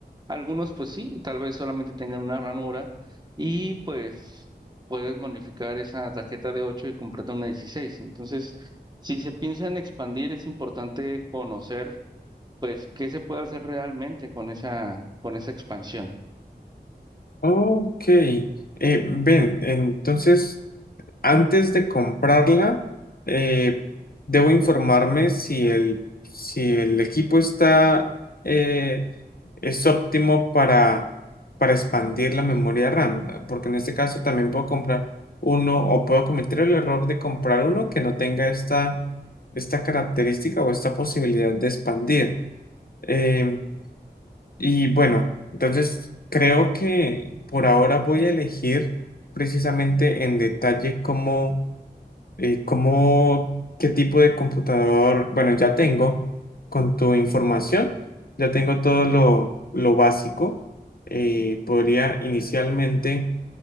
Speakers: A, on the right (about 25°); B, on the left (about 60°).
A: Algunos, pues sí, tal vez solamente tengan una ranura y pues puedes modificar esa tarjeta de 8 y comprarte una dieciséis Entonces, si se piensa en expandir, es importante conocer, pues, qué se puede hacer realmente con esa, con esa expansión.
B: Ok, eh, ven, entonces Antes de comprarla, eh, debo informarme si el, si el equipo está, eh, es óptimo para, para expandir la memoria RAM, eh, porque en este caso también puedo comprar uno o puedo cometer el error de comprar uno que no tenga esta, esta característica o esta posibilidad de expandir. Eh, y bueno, entonces creo que por ahora voy a elegir precisamente en detalle cómo eh, ¿cómo, qué tipo de computador? Bueno, ya tengo con tu información, ya tengo todo lo, lo básico. Eh, podría inicialmente